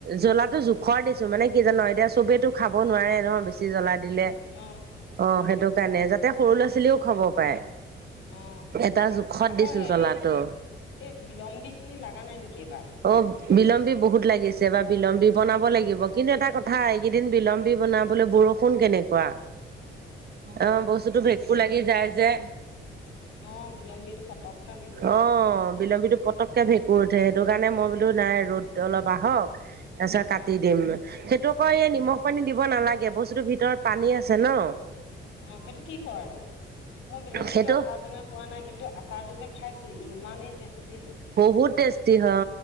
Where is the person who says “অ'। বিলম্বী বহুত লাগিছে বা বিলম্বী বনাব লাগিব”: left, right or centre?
Right